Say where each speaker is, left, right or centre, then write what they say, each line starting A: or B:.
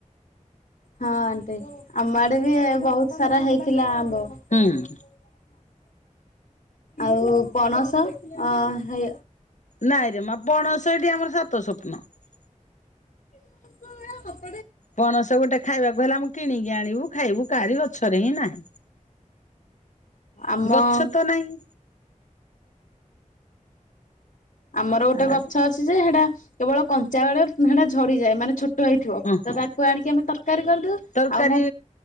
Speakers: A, on the left; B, on the left.
A: ହଁ ଆଣ୍ଟି ଆମ ଆଡେ ବି ବହୁତ ସାରା ହେଇଥିଲା ଆ ମତେ
B: ହୁଁ
A: ଆନେଇକି ଗୋଟେ କଣ <inaudible> ଆଉ ପଣସ ଅ ହେ
B: ନାଇଁରେ ମା ପଣସ ସେଇଟି ଆମର ସାତ ସ୍ୱପ୍ନ ।
A: <unintelligible>
B: ପଣସ ଗୋଟେ ଖାଇବାକୁ ହେଲେ ଆମ କିଣିକି ଆଣିବୁ ଖାଇବୁ କାହାରି ଗଛରେ ହିଁ ନାହିଁ।
A: ଆମ
B: ଗଛ ତ ନହିଁ।
A: ଆମର ଗୋଟେ
B: ହଁ
A: ଗଛ ଅଛି ଯେ ସେଟା କେବଳ କଞ୍ଚା ବେଳେ ସେଟା ଝଡିଯାଏ ମାନେ ଛୋ ଟ ହେଇଥିବ
B: ହଁ
A: ତ ତାକୁ ଆଣିକି ଆମେ ତରକାରୀ କରିଦଉ
B: ତରକାରୀ
A: ଆଉ ମୋ